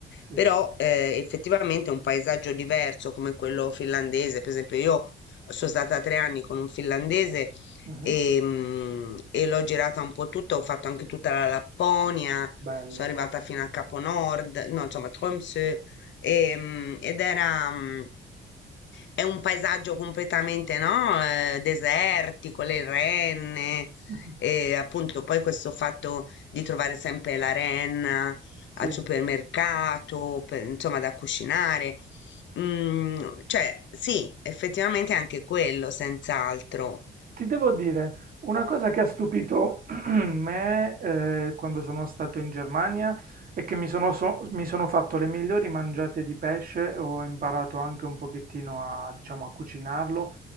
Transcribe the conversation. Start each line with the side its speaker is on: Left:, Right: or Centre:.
Right: sì,
Left: però eh, effettivamente un paesaggio diverso come quello finlandese, per esempio io sono stata tre anni con un finlandese
Right: Mhm.
Left: e, mm, e l'ho girata un po' tutta, ho fatto anche tutta la Lapponia,
Right: Bello,
Left: sono arrivata fino a Capo Nord, no, insomma, Tromsø Ehm, ed era, mm, è un paesaggio completamente, no, eh, desertico, le renne,
Right: <laughs>
Left: e appunto poi questo fatto di trovare sempre la renna
Right: sì.
Left: al supermercato, per- insomma, da cucinare. Mm, cioè, sì, effettivamente anche quello, senz'altro.
Right: Ti devo dire, una cosa che ha stupito <clears throat> me eh, quando sono stato in Germania è che mi sono, so- mi sono fatto le migliori mangiate di pesce, ho imparato anche un pochettino a, diciamo, a cucinarlo,